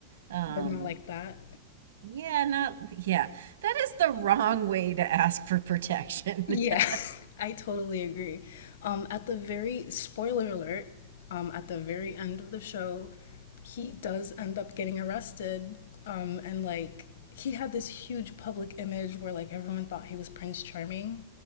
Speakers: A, on the right (about 65°); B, on the left (about 55°).
A: um,
B: but not like that.
A: yeah, not yeah. That is the wrong way to ask for protection.
B: Yeah,
A: <laughs>
B: <laughs> I totally agree. Um, at the very spoiler alert, um, at the very end of the show, he does end up getting arrested. Um, and like he had this huge public image where like everyone thought he was Prince Charming.